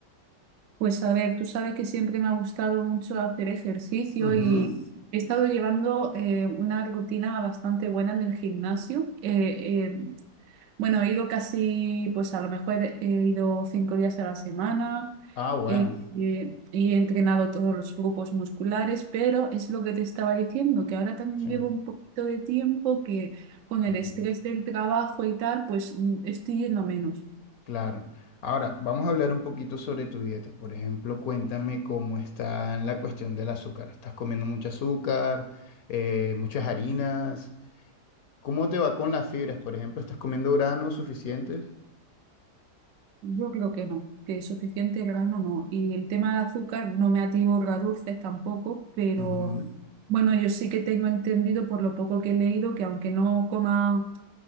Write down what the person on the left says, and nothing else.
Ujú.
Ah, bueno,
sí,
ujú,
claro. Ahora, vamos a hablar un poquito sobre tu dieta. Por ejemplo, cuéntame cómo está en la cuestión del azúcar. ¿Estás comiendo mucho azúcar, eh, muchas harinas? ¿Cómo te va con las fibras? Por ejemplo, ¿estás comiendo granos suficientes?
Ujú.